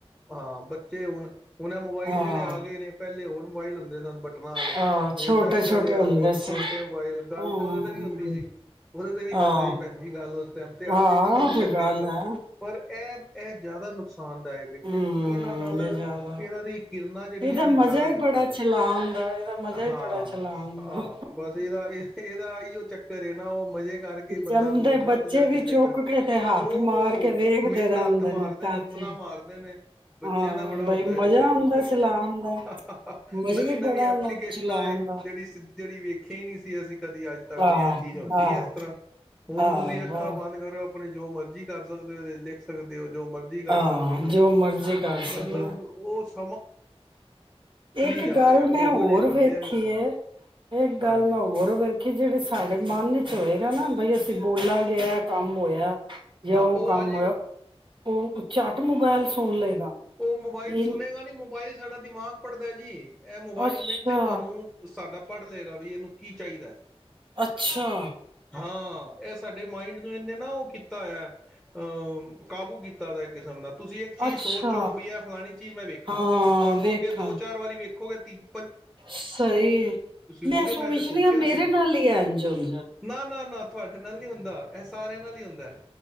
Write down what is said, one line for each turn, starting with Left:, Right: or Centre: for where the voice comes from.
Centre: ਹਾਂ ਬੱਚੇ ਹੁਣ ਹੁਣ ਮੋਬਾਈਲ
Right: ਹਾਂ
Centre: ਜਿਹੜੇ ਆ ਗਏ ਨੇ ਪਹਿਲੇ ਹੋਰ ਵਾਈਲ ਸਨ ਬਟਨਾਂ ਵਾਲੇ
Right: ਹਾਂ
Centre: ਹੁਣ
Right: ਛੋਟੇ
Centre: ਟੱਚ
Right: ਛੋਟੇ
Centre: ਵਾਲੇ ਆ
Right: ਹੁੰਦੇ
Centre: ਗਏ ਨੇ
Right: ਸੀ
Centre: ਛੋਟੇ ਮੋਬਾਈਲ ਗਲਤ
Right: ਹੂੰ
Centre: ਤੇ ਉਹਦੇ ਤੇ ਵੀ ਹੁੰਦੀ ਸੀ ਉਹਦੇ ਤੇ ਵੀ
Right: ਹਾਂ
Centre: ਕਰਦੇ ਸੀ ਭੈਣ ਜ ਗੱਲ ਉਸ ਟਾਈਮ ਤੇ
Right: ਹਾਂ
Centre: ਅੱਜ ਇਹਨਾਂ ਤੇ
Right: ਉਹ
Centre: ਵੀ ਕਰਦੇ
Right: ਗੱਲ
Centre: ਪਏ
Right: ਹੈ
Centre: ਆ ਪਰ ਇਹ ਇਹ ਜ਼ਿਆਦਾ ਨੁਕਸਾਨ ਨੁਕਸਾਨਦਾਇਕ ਹੈ ਕਿਉਂਕਿ
Right: ਹੂੰ
Centre: ਇਹਨਾਂ ਨਾਲ
Right: ਇਹ ਜ਼ਿਆਦਾ
Centre: ਇਹਨਾਂ ਦੀ ਕਿਰਨਾਂ ਜਿਹੜੀ
Right: ਇਹਦਾ
Centre: ਹੈ ਨਾ
Right: ਮਜ਼ਾ
Centre: ਜ਼ਿਆਦਾ
Right: ਹੀ
Centre: ਦਿੱਕਤ
Right: ਬੜਾ
Centre: ਹੈ
Right: ਚਲਾਉਣ ਦਾ ਇਹਦਾ ਮਜ਼ਾ ਹੀ
Centre: ਹਾਂ
Right: ਬੜਾ ਚਲਾਉਣ
Centre: ਹਾਂ
Right: ਦਾ
Centre: ਬਸ ਇਹਦਾ ਇਹ ਇਹਦਾ ਓ ਚੱਕਰ ਨਾ ਉਹ ਮਜ਼ੇ ਕਰਕੇ ਬੰਦਾ
Right: ਜੰਮਦੇ
Centre: ਵੱਧ
Right: ਬੱਚੇ
Centre: ਜਾਂਦੇ
Right: ਵੀ
Centre: ਚੱਕਰ
Right: ਚੁੱਕ ਕੇ ਤੇ ਹੱਥ
Centre: ਉਹ
Right: ਮਾਰ ਕੇ ਵੇਖਦੇ
Centre: ਮਿੰਟ
Right: ਰਹਿੰਦੇ
Centre: ਹੱਥ ਮਾਰਦੇ
Right: ਟੱਚ
Centre: ਨੇ ਉਂਗਲਾਂ ਮਾਰਦੇ ਨੇ ਬੱਚਿਆਂ
Right: ਹਾਂ
Centre: ਦਾ ਬੜਾ
Right: ਬਈ
Centre: ਹੁੰਦਾ
Right: ਮਜ਼ਾ
Centre: ਜੀ ਬਿਲਕੁਲ
Right: ਆਉਂਦਾ
Centre: ਸਹੀ
Right: ਚਲਾਣ
Centre: ਗੱਲ
Right: ਦਾ ਮਜ਼ਾ
Centre: ਨਵੀਂ
Right: ਹੀ
Centre: ਨਵੀਂ
Right: ਬੜਾ
Centre: ਐਪਲੀਕੇਸ਼ਨਆ
Right: ਉਹਨਾਂ ਨੂੰ ਚਲਾਣ
Centre: ਏ
Right: ਦਾ
Centre: ਜਿਹੜੀ ਜਿਹੜੀ ਵੇਖੀ ਹੀ ਨਹੀਂੀ ਸੀ ਅਸੀਂ ਕਦੀ ਅੱਜ ਤੱਕ
Right: ਆਹ
Centre: ਵੀ ਇਹ ਚੀਜ਼ ਹੁੰਦੀ
Right: ਆਹ
Centre: ਹੈ ਇਸ ਤਰ੍ਹਾਂ ਹੁਣ
Right: ਆਹ
Centre: ਤੁਸੀਂ ਅੱਖਾਂ
Right: ਬਸ
Centre: ਬੰਦ ਕਰਿਓ ਆਪਣੀ ਜੋ ਮਰਜ਼ੀ ਕਰ ਸਕਦੇ ਹੋ ਲਿਖ ਸਕਦੇ ਹੋ ਜੋ ਮਰਜ਼ੀ ਕਰ
Right: ਹਾਂ
Centre: ਸਕਦੇ ਹੋ
Right: ਜੋ ਮਰਜ਼ੀ ਕਰ ਸਕਣਾ
Centre: ਮਤਲਬ ਉਸ
Right: ਇੱਕ
Centre: ਜਾ
Right: ਗੱਲ
Centre: ਰਿਹਾ ਉਹੋ
Right: ਮੈਂ ਹੋਰ
Centre: ਜਿਹੇ ਬੰਦਿਆਂ
Right: ਵੇਖੀ
Centre: ਵੀ ਹੋ ਗਏ
Right: ਇੱਕ
Centre: ਨੇ
Right: ਗੱਲ
Centre: ਹਾਂਜੀ
Right: ਮੈਂ ਹੋਰ ਵੇਖੀ ਕਿ ਜਿਹੜੇ ਸਾਡੇ ਮਨ ਚ ਹੋਏਗਾ ਨਾ ਬਈ ਅਸੀਂ ਬੋਲਾਂਗੇ ਕੰਮ ਹੋਇਆ ਜੇ
Centre: ਹਾਂ ਉਹ
Right: ਕੰਮ
Centre: ਆ ਜਾਏਗਾ
Right: ਹੋਇਆ ਉਹ ਚੱਟ ਮੋਬਾਇਲ ਸੁਣ ਲਏਗਾ
Centre: ਉਹ ਮੋਬਾਈਲ
Right: ਇਹ
Centre: ਸੁਣੇਗਾ ਨੀ ਮੋਬਾਈਲ ਸਾਡਾ ਦਿਮਾਗ ਪੜਦਾ ਜੀ ਇਹ ਮੋਬਾਈਲ
Right: ਅੱਛਾ
Centre: ਮਿੰਟੇ ਤੁਹਾਨੂੰ ਸਾਡਾ ਪੜ੍ਹ ਲਏਗਾ ਵੀ ਇਹਨੂੰ ਕੀ ਚਾਹੀਦੈ।
Right: ਅੱਛਾ
Centre: ਹਾਂ ਇਹ ਸਾਡੇ ਮਾਇੰਡ ਨੂੰ ਨੂੰ ਨਾ ਉਹ ਕੀਤਾ ਹੈ ਅਹ ਕਾਬੂ ਕੀਤਾ ਦਾ ਇੱਕ ਕਿਸਮ ਦਾ। ਤੁਸੀਂ ਇੱਕ ਚੀਜ਼
Right: ਅੱਛਾ
Centre: ਸੋਚੋ ਵੀ ਇਹ ਫਲਾਣੀ ਚੀਜ਼ ਮੈਂ ਵੇਖਾਂ
Right: ਹਾਂ
Centre: ਤੁਹਾਨੂੰ
Right: ਵੇਖਾਂ
Centre: ਅੱਗੇ ਦੋ ਚਾਰ ਵਾਰੀ ਵੇਖ ਗੇ ਤੀਜੀ
Right: ਸਹੀ ਮੈਂ
Centre: ਕਹੋਗੇ
Right: ਸੋਚਣੀ
Centre: ਤੇ ਸੋਚਿਆ
Right: ਆਾ ਮੇਰੇ
Centre: ਸੀ ਅਜੇ
Right: ਨਾਲ ਹੀ ਐੰਝੰ ਹੁੰਦਾ।
Centre: ਨਾ ਨਾ ਨਾ ਤੁਹਾਡੇ ਨਾਲ ਨਹੀਂ ਹੁੰਦਾ ਇਹ ਸਾਰਿਆਂ ਨਾਲ ਹੀ ਹੁੰਦਾ।